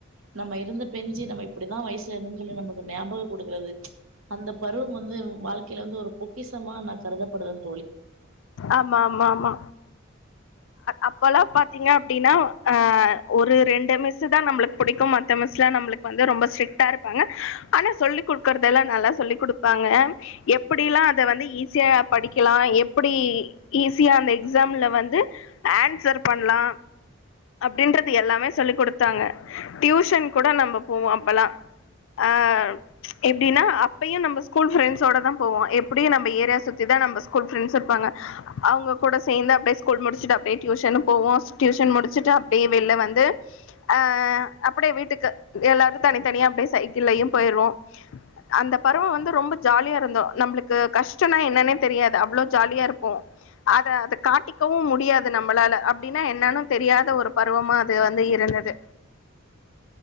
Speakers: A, on the right (about 80°); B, on the left (about 70°).
A: நம்ம இருந்த பெஞ்சி நம்ம இப்படிதா வயசுல இருந்தோம்னு சொல்லி நமக்கு ஞாபகம் கொடுக்கிறது கொடுக்குறது அந்த பருவம் வந்து வாழ்க்கையில வந்து ஒரு பொக்கிசமா கருதப்படுரது
B: ஆமா ஆமா ஆமா அப்போலாம் பாத்தீங்கனா அப்படின்னா ஆஹ ஒரு ரெண்டு மிஸ் தா நம்மளுக்கு பிடிக்கும் மத்த மிஸ்லாம் நம்மளுக்கு வந்து ரொம்ப ஸ்ட்ரிக்டா இருப்பாங்க ஆனா சொல்லி குடுக்கறது எல்லாம் நல்லா சொல்லி் கொடுப்பாங்க எப்படி எல்லாம் அத வந்து ஈஸியா படி கிலாம் எப்படி ஈஸியா அந்த எக்ஸாம்ல வந்து ஆன்சர் பண்ணலாம் அப்படின்றது எல்லாமே சொல்ல் கொடுத்தாங்க டியூஷன் கூட நம்ம போவோம் அப்பல்லாம் அஹ எப்படின்னா அப்பயும் நம்ம ஸ்கூல் ரெண்ட்ஸோட தா போவோம் எப்படியும் நம்ம ஏரியா சுத்தி தா நம்ம ஸ்கூல் பிரண்ட்ஸ் இருப்பாங்க அவங்க கூட சேர்ந்து அப்படியே ஸ்கூல் முடிச்சட்டு அப்படியே டியூசும் போவோம் டியூஷன் முடிச்சட்டு அப்படியே வெளில வந்து அஹ அப்படியே வீட்டுக்கு எல்லாரும் தனித்தனியா அப்படியே சைக்கிலையும் போயிருவோம் அந்த பருவம் வந்து ரொம்ப ஜாலியா இருந்தோம் நம்மளுக்கு கஷ்டம்னா என்னானே தெரியாது அவ்வளவு ஜாலியா இருப்போம் அத அதை காட்டிக்கவும் முடியாது நம்மளால அப்படின்னா என்னானு தெரியாத ஒரு பருவமா அது வந்து இருந்தது